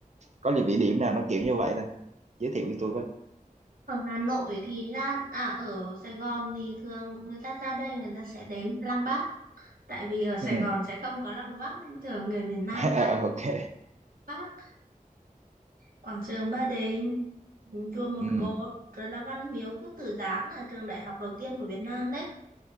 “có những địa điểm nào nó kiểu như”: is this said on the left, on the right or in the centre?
Right